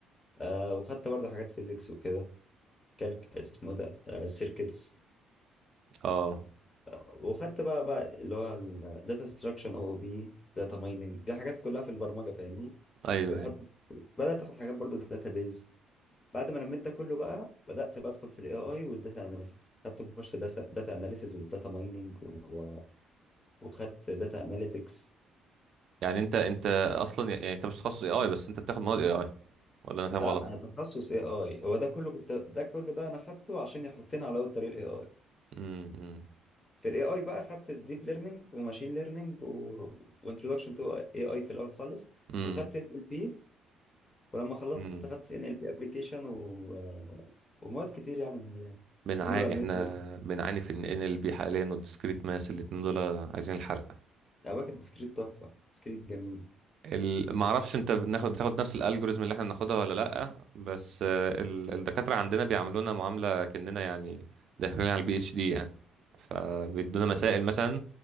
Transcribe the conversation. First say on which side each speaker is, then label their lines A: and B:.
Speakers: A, on the left; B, on the right.
A: آه وخدت برضه حاجات فيزيكس وكده كالك اسمه إيه ده سيركتس
B: اه
A: وخدت بقى بقى اللي هو الداتا ستراكشن او بي داتا مايننج دي حاجات كلها في البرمجه فاهمني
B: ايوه
A: بيحط
B: ايوه
A: بدات تاخد حاجات برضو داتا بيز بعد ما لميت ده كله بقى بدات بقى ادخل في الاي اي والداتا اناليسيس خدت كورس داتا اناليسيس وداتا مايننج و... وخدت داتا اناليتكس
B: يعني انت انت اصلا يعني انت مش تخصص اي اي بس انت بتاخد مواد اي اي ولا انا فاهم
A: لا
B: غلط
A: انا تخصص اي اي هو ده كله كنت ده كله ده انا خدته عشان يحطني على اول طريق الاي اي
B: امم
A: في الاي اي بقى خدت الديب ليرنينج وماشين ليرنينج و... وانتروداكشن تو اي اي في الاول خالص
B: امم
A: وخدت ال بي ولما خلصت
B: امم
A: خدت ان ال بي ابلكيشن و... ومواد كتير يعني من دي يعني
B: بنعاني
A: نيورال
B: احنا
A: نتورك
B: بنعاني في ان ال بي حاليا والديسكريت ماس الاتنين دول عايزين الحرق
A: باكت ديسكريت تحفه ديسكريت جميل
B: ال... ما اعرفش انت بناخد بتاخد نفس الالجوريزم اللي احنا بناخدها ولا لا بس آه، ال... الدكاتره عندنا بيعاملونا معامله كاننا يعني داخلين على البي اتش دي يعني فبيدونا مسائل
A: بص
B: مثلا